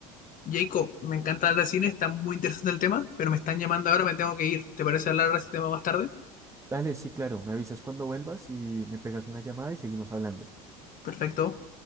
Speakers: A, on the left (about 45°); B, on the right (about 15°).
A: Jacob, me encanta hablar de cine, está muy interesante el tema, pero me están llamando ahora, me tengo que ir. ¿Te parece hablar de ese tema más tarde?
B: Dale, sí, claro, me avisas cuando vuelvas y me pegas una llamada y seguimos hablando.
A: Perfecto.